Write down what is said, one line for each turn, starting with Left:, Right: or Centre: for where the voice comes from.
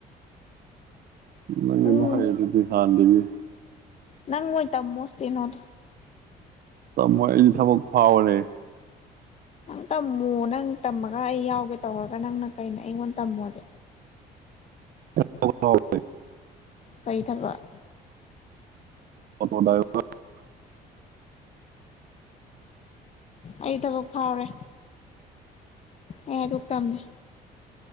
Right: ꯅꯪꯗꯤ
Left: ꯎꯝ
Right: ꯑꯗꯨꯝ ꯍꯩꯔꯗꯨꯗꯤ ꯍꯥꯟꯗꯒꯤ
Left: ꯅꯪ ꯑꯣꯢ ꯇꯝꯃꯣ ꯁ꯭ꯇꯦꯅꯣꯗꯣ
Right: ꯇꯝꯃꯣꯏ ꯑꯩꯗꯤ ꯊꯕꯛ ꯐꯥꯎꯔꯦ
Left: ꯅꯪ ꯇꯝꯃꯣ ꯅꯪ ꯇꯝꯃꯒ ꯑꯩ ꯌꯥꯎꯒꯦ ꯇꯧꯔꯒ ꯅꯪꯅ ꯀꯩꯅꯣ ꯑꯩꯉꯣꯟ ꯇꯝꯃꯣꯗꯤ
Right: <inaudible>
Left: ꯀꯩ ꯊꯕꯛ
Right: ꯑꯣꯇꯣ ꯗꯥꯢ <inaudible>
Left: ꯑꯩ ꯊꯕꯛ ꯐꯥꯎꯔꯦ ꯑꯩ ꯍꯥꯢꯗꯣꯛꯇꯝꯅꯦ